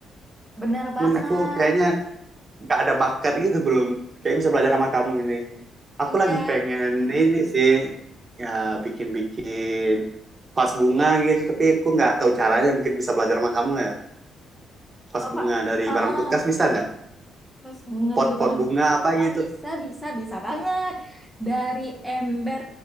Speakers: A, in the centre; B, on the right.
A: Bener banget.
B: Cuman aku kayaknya nggak ada bakat gitu belum. Kayak bisa belajar sama kamu ini. Aku
A: Iya.
B: lagi pengen ini sih ya bikin-bikin vas bunga gitu tapi aku nggak tahu caranya mungkin bisa belajar sama kamu ya. Vas
A: Apa?
B: bunga dari
A: eh,
B: barang
A: eh,
B: bekas bisa nggak?
A: Pas bunga
B: Pot-pot
A: dari barang.
B: bunga apa
A: Ah,
B: gitu.
A: bisa, bisa, bisa banget. Dari ember